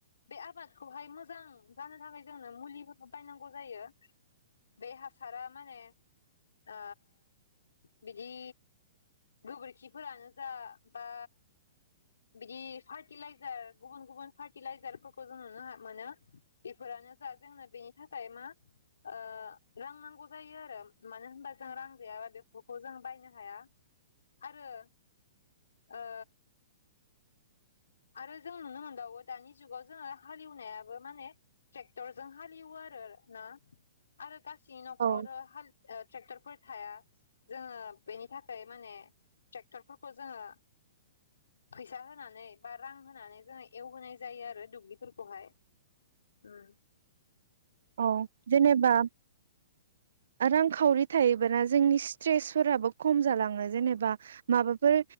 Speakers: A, on the left; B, on the right.
A: बे आबादखौहाय मोजां जानो थाखाय जोंनो मुलिफोरखौ बायनांगौ जायो बे हासारा माने ओ‌ बेख दि गोबोरखिफोरानो जा बा बिदि फार्टिलाइजार गुबुन गुबुन फार्टिलाइजारफोरखौ जों नुनो मोनो बेफोरानो जा जोंनो बेनि थाखाय मा ओ रां नांगौ जायो आरो मानो होनबा जों रां गैयाबा बेफोरखौ जों बायनो हाया आरो ओ आरो जों नुनो मोनबावो दानि जुगाव जोङो हालेवनायाबो माने ट्रेक्टरजों हालेवो आरो ना आरो गास सि नख'राव
B: औ
A: जो हाल ओ ट्रेक्टर फोर थाया जोङो बेनि थाखाय माने ट्रेक्टरफोरखौ जोङो फैसा होनानै बा रां होनानै जोङो एवहोनाय जायो आरो दुब्लिफोरखौहाय ओ
B: अ जेनेबा रांखावरि थायोबाना जोंनि स्ट्रेसफोराबो खम जालाङो जेनेबा माबाफोर